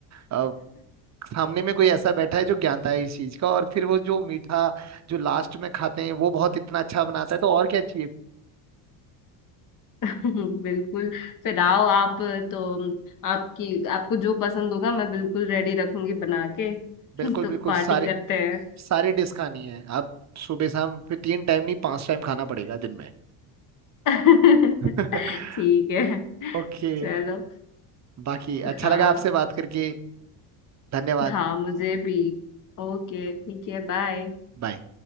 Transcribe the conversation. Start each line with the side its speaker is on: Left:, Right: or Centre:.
Right: अ, सामने में कोई ऐसा बैठा है जो ज्ञाता है इस चीज का और फिर वो जो मीठा जो लास्ट में खाते हैं वो बहुत इतना अच्छा बनाता है तो और क्या चाहिए
Left: बिल्कुल फिर आओ आप तो आपकी आपको जो पसंद होगा मैं बिल्कुल रेडी रखूंगी बना के <laughs>
Right: बिल्कुल
Left: तो
Right: बिल्कुल
Left: पार्टी
Right: सारे
Left: करते हैं
Right: सारी डिश खानी है आप सुबह शाम फिर तीन टाइम नहीं पांच टाइम खाना पड़ेगा दिन में
Left: <laughs>
Right: <laughs>
Left: ठीक है
Right: ओके
Left: चलो
Right: बाकी अच्छा
Left: हाँ
Right: लगा आपसे बात करके धन्यवाद
Left: हाँ मुझे भी ओके ठीक है बाय
Right: बाय